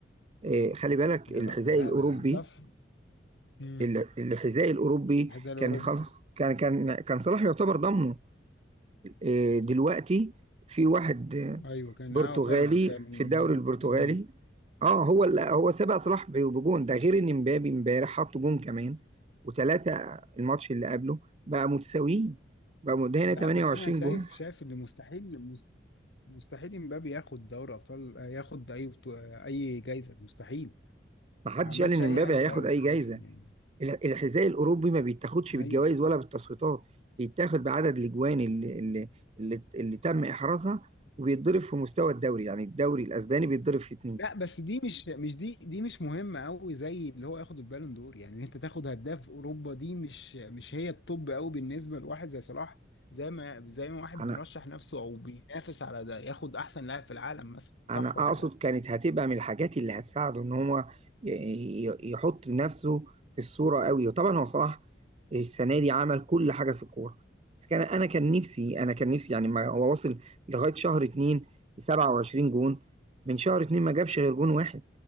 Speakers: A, on the right; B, on the left.
A: إيه خلي بالك
B: يا
A: الحذاء
B: رأي لا
A: الاوروبي
B: ده ده في مم.
A: ال- الحذاء الاوروبي
B: حذاء الاوروبا
A: كان خلاص كان كان كان صلاح يعتبر ضمنه إيه دلوقتي في واحد
B: ايوه كان
A: برتغالي
B: اه فعلا كان
A: في الدوري
B: هو
A: البرتغالي
B: مم.
A: اه هو ال- هو سبق صلاح ب- بجون ده غير ان مبابي امبارح حط جون كمان وثلاثه الماتش اللي قبله بقى متساويين بقى م- ده هنا
B: لا
A: 28
B: بس انا شايف
A: جون
B: شايف اللي مستحيل مست- مستحيل امبابي ياخد دوري ابطال آه، ياخد اي بطو- آه، اي جايزه مستحيل
A: ما حدش
B: ما عملش
A: قال ان
B: اي
A: مبابي
B: حاجه
A: هياخد
B: خالص
A: اي
B: اساسا
A: جايزه
B: يعني
A: ال- الحذاء الاوروبي ما بيتاخدش بالجوائز
B: ايوه
A: ولا بالتصويتات بيتاخد بعدد الاجوان اللي اللي اللي, اللي تم احرازها وبيتضرب في مستوى الدوري يعني الدوري الاسباني بيتضرب في اتنين
B: لا بس دي مش مش دي دي مش مهمه قوي زي اللي هو ياخد البالون دور يعني إن انت تاخد هداف اوروبا دي مش مش هي الطب قوي بالنسبه لواحد زي صلاح زي ما زي ما واحد
A: على
B: بيرشح نفسه او بينافس على ده ياخد احسن لاعب في العالم مثلا صح
A: انا اقصد
B: ولا
A: كانت هتبقى من الحاجات اللي هتساعده ان هو ي- ي- يحط نفسه في الصورة قوي وطبعا هو صلاح السنة دي عمل كل حاجة في الكورة بس كان انا كان نفسي انا كان نفسي يعني ما هو وصل لغاية شهر اتنين ل 27 جون من شهر اتنين ما جابش غير جون واحد